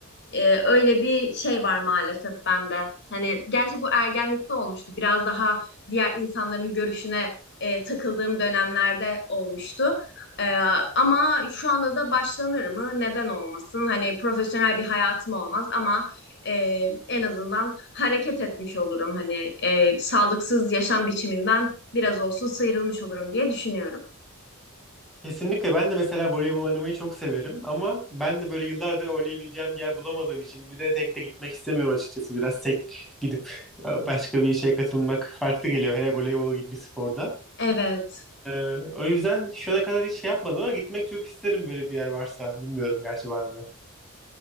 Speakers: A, on the left; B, in the centre.
A: Ee, öyle bir şey var maalesef bende. Hani gerçi bu ergenlikte olmuştu. Biraz daha diğer insanların görüşüne e, takıldığım dönemlerde olmuştu. Ee, ama şu anda da başlanır mı? Neden olmasın? Hani profesyonel bir hayatım olmaz ama e, en azından hareket etmiş olurum. Hani e, sağlıksız yaşam biçiminden biraz olsun sıyrılmış olurum diye düşünüyorum.
B: Kesinlikle ben de mesela voleybol oynamayı çok severim ama ben de böyle yıllardır oynayabileceğim bir yer bulamadığım için bir de tek de gitmek istemiyorum açıkçası. Biraz tek gidip e, başka bir işe katılmak farklı geliyor hele voleybol gibi bir sporda.
A: Evet.
B: Ee, o yüzden şu ana kadar hiç şey yapmadım ama gitmek çok isterim böyle bir yer varsa. Bilmiyorum gerçi var mı?